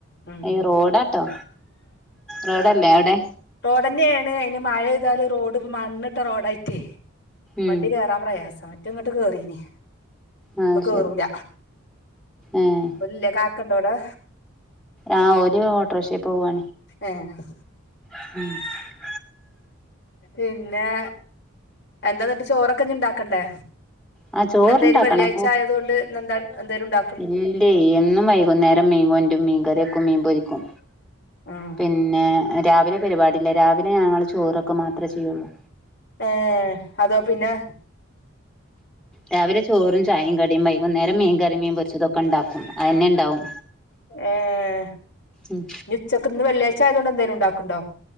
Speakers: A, on the left (about 50°); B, in the centre.
A: ഉം
B: ഏയ് റോഡാട്ടോ റോഡല്ലേ അവടെ?
A: റോഡന്നേണ് അയ്ന് മഴെയ്താല് റോഡ് മണ്ണ്ട്ട റോഡായ്ട്ടേ.
B: ഉം
A: വണ്ടി കേറാൻ പ്രയാസാ മറ്റേ ഇങ്ങട്ട് കേറീനി.
B: ആഹ്
A: പ്പ കേറൂല
B: ശരി ഏഹ്
A: ഓല് ല്ലേ കാക്കണ്ടവടെ?
B: ആഹ് ഓല് ഓട്ടർഷീ പോവാ
A: ഏഹ്.
B: <inaudible>
A: പിന്നെ എന്താന്നട്ട് ചോറൊക്കഞ്ഞിണ്ടാക്കണ്ടേ?
B: ആഹ് ചോറുണ്ടാക്കണം
A: ന്നെന്തേനി വെള്ള്യായ്ച ആയതോണ്ട് ഇന്നെന്താണ് എന്തേലുണ്ടാ
B: ഇല്ലയ് എന്നും വൈകുന്നേരം മീ കൊണ്ട്രും മീങ്കറിയെക്കും മീൻ പൊരിക്കും.
A: ഉം
B: പിന്നെ രാവിലെ പരിവാടില്ല രാവിലെ ഞങ്ങള് ചോറൊക്കെ മാത്രേ ചെയ്യുള്ളൂ.
A: ഏഹ് അതോ പിന്നെ.
B: രാവിലെ ചോറും ചായിം കടിം വൈകുന്നേരം മീൻകറിം മീൻപൊ ര്ച്ചതൊക്കെണ്ടാക്കും അതന്നെണ്ടാവും.
A: ഏഹ്
B: ഉം
A: ഞുച്ചക്ക്‌ ന്ന് വെള്ള്യായ്ചായതോണ്ട് എന്തേലു ണ്ടാക്ക്‌ണ്ടോ?